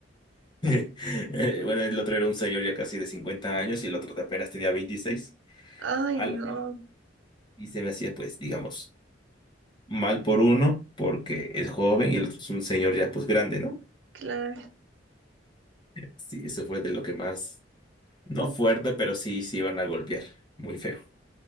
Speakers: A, on the left; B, on the right.
A: <laughs> eh, bueno, el otro era un señor ya casi de 50 años y el otro apenas tenía veintiséis
B: Ay,
A: Ala.
B: no,
A: Y se me hacía, pues, digamos, mal por uno porque es joven y el otro es un señor ya, pues, grande, ¿no?
B: claro.
A: Sí, eso fue de lo que más No fuerte, pero sí, sí van a golpear. Muy feo.